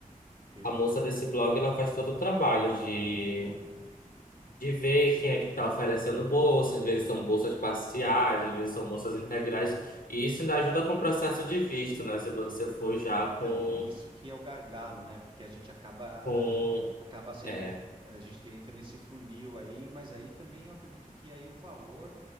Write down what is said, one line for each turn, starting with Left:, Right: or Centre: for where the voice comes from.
Right: ok.
Left: a moça desse blog, ela faz todo o trabalho de
Right: Olha.
Left: de ver quem é que está oferecendo
Right: hum.
Left: bolsa, às vezes são bolsas parciais, às vezes são bolsas integrais, e isso ainda ajuda com o processo de visto, né? Se você for já
Right: Então,
Left: com,
Right: isso que é o gargalo, né? Porque a gente acaba
Left: com,
Right: acaba sendo,
Left: é,
Right: fu- a gente entra nesse funil aí, mas aí também eu acredito que aí o valor